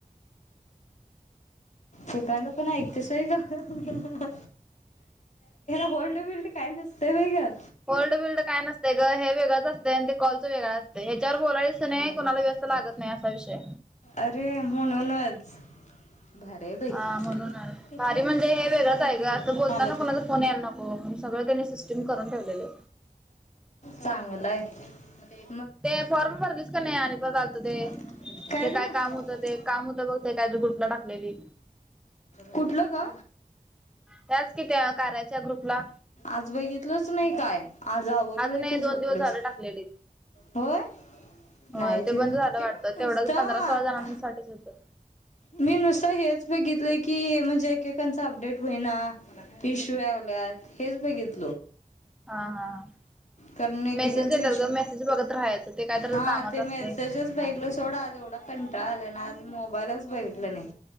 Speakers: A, on the left; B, in the centre.
A: तेकांड पण ऐकतेसय गला होल्ड बिलड काय नसतं वेगं
B: ओल्ड बिल्ड काय नसते गं हे वेगंच असते आणि ते कॉल्च वेगळां अस. ह्याच्यावर बोलायलाच नाही
A: भारी
B: कोणाला व्यस्त
A: हाय.
B: लागत नाही असा विषय
A: अरे म्हणूनच. भारी हाय बाई.
B: हा म्हणून
A: ते
B: भारी
A: फोन
B: म्हणजे
A: दुसरं
B: हे
A: बी येतात
B: वेगळंच आहे
A: बाई
B: का असं
A: फोन
B: बोलता
A: आलं
B: ना कोणाच
A: तर
B: फोन यायला नको सगळं त्यांनी सिस्टीम करून ठेवलेले
A: चांगलाय हाय.
B: ते फॉर्म भरलीस का नाही आणि परत आलंत
A: पण पाठवून
B: ते काय
A: बाबांना
B: काम होतं ते काम होत बघ. ते काय ग्रुप ला टाकलेली.
A: कुठलं ग?
B: त्याच कि त्या कार्याच्या ग्रुपला
A: आज बघितलच नाही काय? आज आवरलोय
B: नाही
A: ते झोपलोयच
B: दोन दिवस झालं टाकलेली
A: व्हय.
B: हो
A: नाहीच
B: ते बंद झालं वाटतं
A: ते काय नुसतं.
B: तेवढंच पंधरा सोळा जणांसाठीच होतं
A: मी नुसतं हेच. बघितलं की म्हणजे एकेकांच अपडेट होईना इश्यू याल्यात हेच बघितलं.
B: हा हां हां.
A: कारण एकेकांचा
B: मेसेज देतात
A: इश्यू
B: ग मेसेज बघत राहायचं ते काय तर
A: हा
B: कामाचं
A: ते मेसेजेस
B: असतंय.
A: बघितलं सोडं आज एवढा कंटाळा आला ना आज मोबाईलच बघितलं नाही.